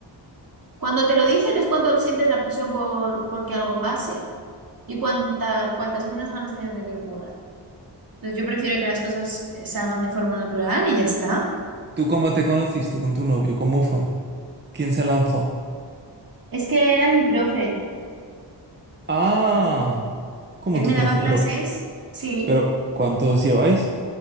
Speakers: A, on the right (about 50°); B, on the right (about 25°).
A: Cuando te lo dicen es cuando sientes la presión por, por que algo pase y cuanta, cuantas menos ganas tienes de que ocurra. Entonces yo prefiero que las cosas eh, salgan de forma natural y ya está.
B: ¿Tú cómo te conociste con tu novio? ¿Cómo fue? ¿Quién se lanzó?
A: Es que era mi profe,
B: Ah, como
A: él
B: tu
A: me
B: profe,
A: daba clases,
B: pero,
A: sí,
B: pero ¿cuántos lleváis?